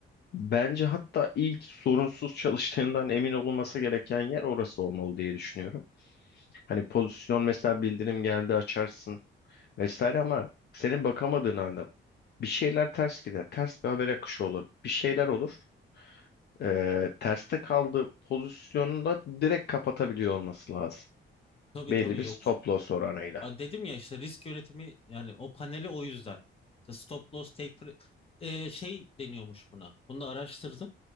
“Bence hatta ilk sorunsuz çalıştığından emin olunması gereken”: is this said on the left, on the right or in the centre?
Left